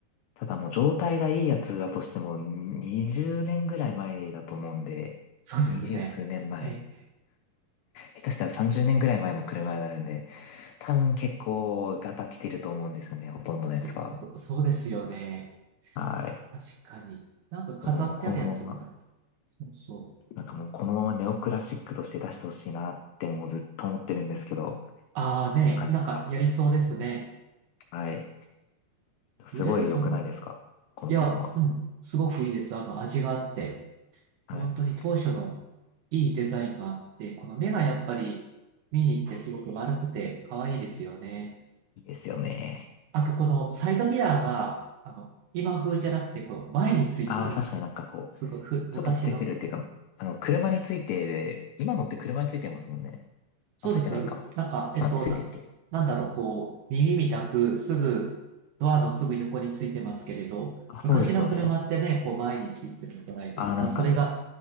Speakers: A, on the left (about 85°); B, on the right (about 80°).
A: ただもう状態がいいやつだとしても、20年ぐらい前だと思うんで、
B: そうですね。
A: 20数年前、
B: え、
A: 下手したら30年ぐらい前の車になるんで、多分結構ガタ来てると思うんですよね、ほとんどのやつは。
B: そ、そ、そうですよね。
A: はい。
B: 確かに。なんか飾ってあるやつとかだった。
A: もうこのまま、
B: そうそう。
A: なんかもうこのままネオクラシックとして出してほしいなってもうずっと思ってるんですけど、
B: ああね、
A: なかなか、
B: なんかやりそうですね。
A: はい。すごい良くないですかこの車。
B: 売れると思ういや、うん、すごくいいです。あの、味があって。
A: はい。
B: 本当に当初のいいデザインがあって、この目がやっぱり見に行ってすごく丸くて可愛いですよね。
A: いいですよね。
B: あと、このサイドミラーが、あの、今風じゃなくて、こう、前についてる。
A: ああ、確かになんかこう、
B: すごいふ、
A: ちょっと出てるっていうか、
B: 昔の。
A: あの、車についている、今のって車についてますもんね。
B: そうです。
A: あ、ついてないか。
B: なんか、えっと、
A: あ、ついてるっけ
B: な、なんだろう、こう、耳みたく、すぐ、ドアのすぐ横についてますけれど、
A: あ、
B: 昔の車ってね、
A: そうですよね。
B: こう、前についてたじゃないですか。
A: ああ、なんか、
B: それが、